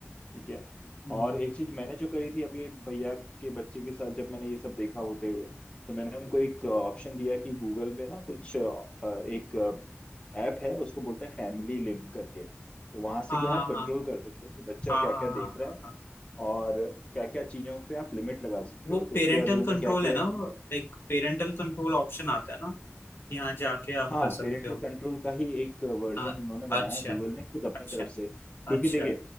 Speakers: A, on the left (about 25°); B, on the left (about 55°).
A: ठीक है
B: हम्म,
A: और एक चीज मैंने जो करी थी अभी भैया के बच्चे के साथ जब मैंने ये सब देखा होते हुए तो मैंने उनको एक ऑप्शन दिया कि गूगल में ना कुछ अ, एक ऐप है उसको बोलते हैं फैमिली लिंक करके तो वहां से
B: हाँ
A: क्या
B: हाँ
A: है, आप कंट्रोल
B: हाँ
A: कर सकते हो कि बच्चा
B: हाँ
A: क्या
B: हाँ
A: क्या
B: हाँ
A: देख रहा
B: हाँ
A: है
B: हाँ।
A: और क्या क्या चीजों पे आप लिमिट लगा सकते
B: वो
A: हो तो
B: पेरेंटल
A: उसके बाद उन्होंने
B: कंट्रोल
A: क्या किया
B: है ना
A: है कि
B: वो एक पेरेंटल कंट्रोल ऑप्शन आता है ना यहाँ जाके आप
A: हाँ
B: कर सकते
A: पेरेंटल
B: हो
A: कंट्रोल का ही एक वर्जन
B: हाँ,
A: उन्होंने बनाया
B: अच्छा
A: है गूगल ने खुद अपनी
B: अच्छा
A: तरफ से क्योंकि
B: अच्छा
A: देखिए